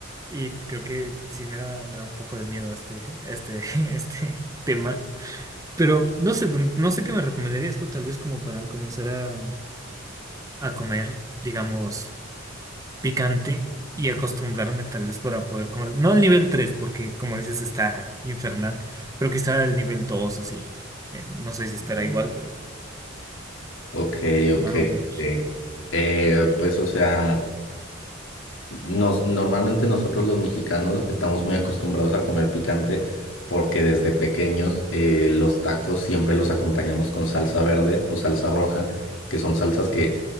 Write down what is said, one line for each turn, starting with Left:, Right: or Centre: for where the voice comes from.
Right: Y creo que sí me da, me da un poco de miedo este, este, <laughs> este tema. Pero no sé, no sé qué me recomendarías tú, tal vez como para comenzar a, a comer, digamos picante y acostumbrarme tal vez para poder comer. No al nivel 3 porque como dices está infernal, pero quizá al nivel 2 así. Eh, no sé si
Left: Ujú.
Right: estará igual, pero
Left: Ok, ok,
Right: más o menos.
Left: ok. Eh, pues, o sea. Nos, normalmente nosotros los mexicanos estamos muy acostumbrados a comer picante porque desde pequeños eh, los tacos siempre los acompañamos con salsa verde o salsa roja, que son salsas que